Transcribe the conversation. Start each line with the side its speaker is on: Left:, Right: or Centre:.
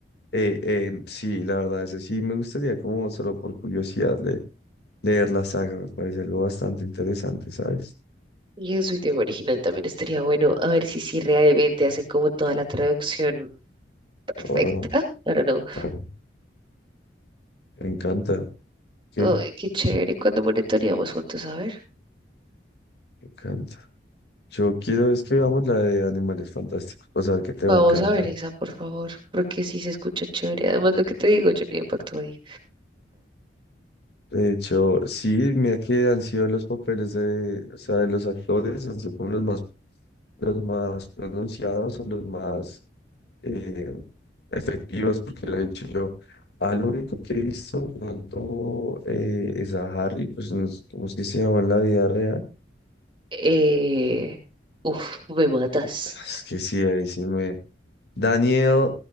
Left: Eh, eh, sí, la verdad, ese sí me gustaría como solo por curiosidad le- leer la saga, me parece algo bastante interesante, ¿sabes?
Right: y en su idioma original también estaría bueno a ver si, si realmente hacen como toda la traducción perfecta.
Left: Oh,
Right: I don't know.
Left: ta- me encanta, que
Right: Ay,
Left: me
Right: qué chévere. cuando monitoreamos juntos? A ver.
Left: encanta. Yo quiero es que veamos la de Animales Fantásticos, para saber que te va
Right: Vamos
Left: a encantar.
Right: a ver esa, por favor, porque sí se escucha chévere. Además, lo que te digo, yo ni impacto ahí.
Left: De hecho, sí, mira que han sido los papeles de, o sea, de los actores, han sido como los más, los más pronunciados, o los más eh, efectivas, porque lo he dicho yo. Al único que he visto tanto eh, es a Harry, pues no sé cómo es que se llama en la vida real.
Right: Eh, uf, me matas.
Left: Es que sí, ahí sí me. Daniel